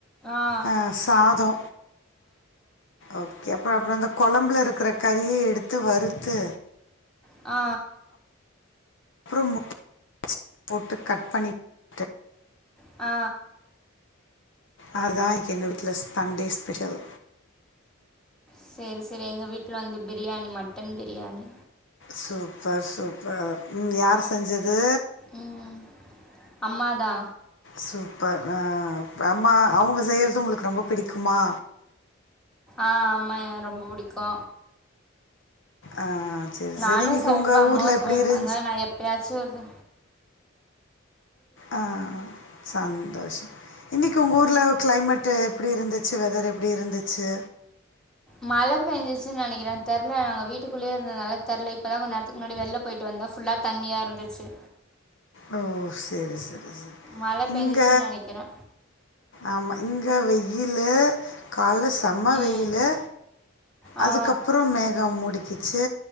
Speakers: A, in the centre; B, on the left.
A: ஆ
B: அ சாதோ ஓகே அப்புற அப்புற அந்த கொழம்புல இருக்கிற கறிய்ய எடுத்து வறுத்து
A: ஆ
B: அப்புறோம் முட் <inaudible> போட்டு கட் பண்ணி ட்டு
A: ஆ
B: ஆறுதா இன்னைக் எங்க வீட்ல தண்டே ஸ்பெஷல்
A: சேரி சேரி எங்க வீட்ல வந்து biryani mutton biryani
B: super super ம் யாரு செஞ்சது
A: ம் அம்மாதா
B: சூப்பர் ஆ ப அம்மா அவ்ங்க செய்யறது உங்களுக்கு ரொம்ப பிடிக்குமா
A: ஆம எ ரொம்ப புடிக்கு
B: ஆ சரி
A: நானு
B: சரி இன்னைக்கு
A: சமைப்பே
B: உங்கள்
A: அம்மாவு
B: ஊரில் எப்படி
A: சமைப்பாங்க
B: இருந்துச்சு
A: நா எப்பயாச்சு ஒரு த
B: ஆ சந்தோஷம் இன்னைக்கு உங்க ஊருல கிளைமேட்டு் எப்படி இருந்துச்சு வெதரு எப்டி இருந்துச்சு
A: மழ பெஞ்ச்சுன் நெனைக்கிறே தெர்ல நாங்க வீட்டுக்குள்ளயே இருந்தனால தெர்ல இப்பதா கொஞ்ச நேரத்துக்கு முன்னாடி வெள்ல போயிட்டு வந்தோ ஃபுல்லா தண்ணியா இருந்துச்சு
B: ஓ சேரி சேரி சேரி
A: மழ பெஞ்சிச்சுன்னு
B: இங்க
A: நெனைக்கிறே
B: ஆமா இங்க வெயில்லு கால்ல செம்ம
A: ம்
B: வெய்யிலு
A: ஆ
B: அதுக்கப்புறம் மேகம் முடிக்கிச்சு